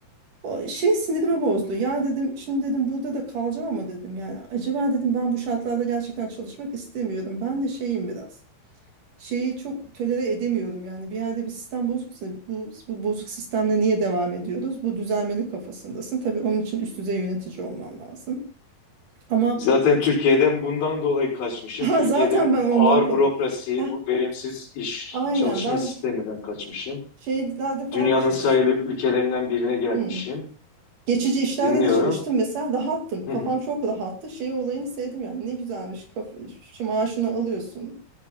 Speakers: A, on the right; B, on the left.
A: O şey sinirimi bozdu. Ya dedim şimdi dedim burada da kalacağım ama dedim yani acaba dedim ben bu şartlarda gerçekten çalışmak istemiyorum. Ben de şeyim biraz şeyi çok tolere edemiyorum yani bir yerde bir sistem bozuksa bu, bu bozuk sistemle niye devam ediyoruz? Bu düzelmeli kafasındasın. Tabii onun için üst düzey yönetici olman lazım. Ama
B: Zaten Türkiye'den bundan dolayı kaçmışım.
A: <laughs> ha,
B: Türkiye'de
A: zaten
B: bu
A: ben ondan
B: ağır
A: kon-
B: bürokrasi,
A: Heh,
B: bu verimsiz iş
A: aynen
B: çalışma
A: ben
B: sisteminden kaçmışım.
A: şeylerde falan
B: Dünyanın
A: da çalıştım.
B: sayılı ülkelerinden birine gelmişim.
A: Hmm. Geçici işlerde
B: Dinliyorum.
A: de çalıştım mesela rahattım. Kafam
B: Hı hı.
A: çok rahattı. Şey olayını sevdim yani ne güzelmiş. Kafa, şu maaşını alıyorsun.